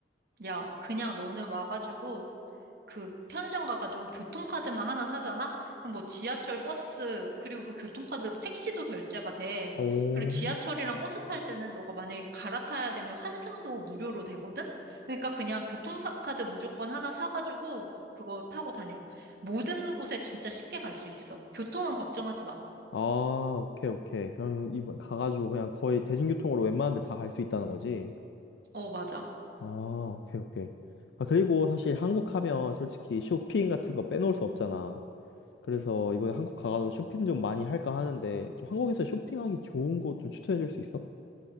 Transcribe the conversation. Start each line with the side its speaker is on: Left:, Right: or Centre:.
Right: 야, 그냥 너는 와가지고 그 편의점 가가지고 교통카드만 하나 사잖아? 그럼 뭐 지하철, 버스, 그리고 그 교통카드로 택시도 결제가 돼.
Left: 오.
Right: 그리고 지하철이랑 버스 탈 때는 너가 만약에 갈아타야 되면 환승도 무료로 되거든? 그러니까 그냥 교통카드 무조건 하나 사가지고 그거 타고 다녀. 모든 곳에 진짜 쉽게 갈 수 있어. 교통은 걱정하지 마.
Left: 아, 오케이, 오케이. 그럼 이번 가가지고 그냥 거의 대중교통으로 웬만한 데 다 갈 수 있다는 거지?
Right: 어, 맞아.
Left: 아, 오케이, 오케이. 아, 그리고 사실 한국 하면 솔직히 쇼핑 같은 거 빼놓을 수 없잖아. 그래서 이번에 한국 가가지고 쇼핑 좀 많이 할까 하는데 좀 한국에서 쇼핑하기 좋은 곳 좀 추천해 줄 수 있어?